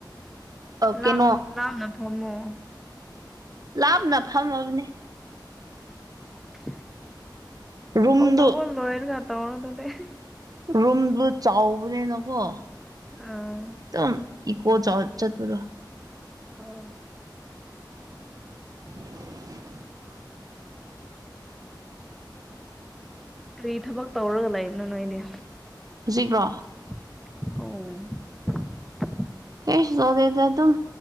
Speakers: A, in the centre; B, on the right.
A: ꯂꯥꯞ
B: ꯀꯩꯅꯣ
A: ꯂꯥꯞꯅ ꯐꯝꯃꯣ
B: ꯂꯥꯞꯅ ꯐꯝꯃꯣ <unintelligible>
A: <unintelligible>
B: ꯔꯨꯝꯗꯨ ꯔꯨꯝꯗꯨ ꯆꯥꯎꯕꯅꯦꯅꯀꯣ
A: ꯑꯥ
B: ꯑꯗꯨꯝ ꯀꯣ ꯆꯠ ꯆꯠꯄꯗꯣ
A: ꯑꯣ
B: <inaudible>
A: ꯀꯔꯤ ꯊꯕꯛ ꯇꯧꯔꯒ ꯂꯩꯕꯅꯣ ꯅꯣꯏꯗꯤ
B: ꯍꯧꯖꯤꯛꯔꯣ
A: ꯑꯣ
B: <unintelligible> ꯑꯗꯨꯝ